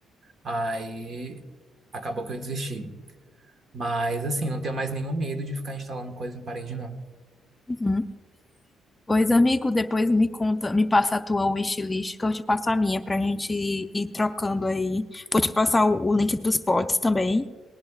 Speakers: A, on the right; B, on the left.
A: Aí acabou que eu desisti. Mas assim, não tenho mais nenhum medo de ficar instalando coisa em parede, não.
B: uhum. Pois, amigo, depois me conta, me passa a tua wishlist, que eu te passo a minha, pra gente ir, ir trocando aí. Vou te passar o, o link dos potes também,